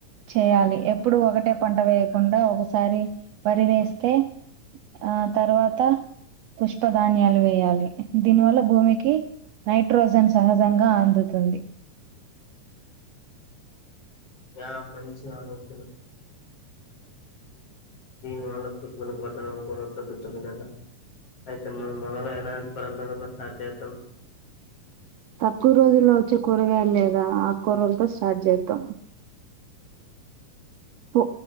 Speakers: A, on the right (about 80°); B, on the left (about 45°).
A: చేయాలి ఎప్పుడు ఒకటే పంట వేయకుండా ఒకసారి వరి వేస్తే ఆ తర్వాత పుష్పధాన్యాలు వేయాలి దీనివల్ల భూమికి నైట్రోజన్ సహజంగా అందుతుంది
B: యా మంచి ఆలోచన ఈ వాళ్ళ కుటుంబాలకు కొట్టడం కూడా తగ్గుతుంది కదా అయితే మన మనలో ఎలాంటి పరంతన్న సాధ్యతం <unintelligible>
A: తక్కువ రోజుల్లో వచ్చే కూరగాయలు లేదా ఆకు కూరలతో స్టార్ట్ చేద్దాం పో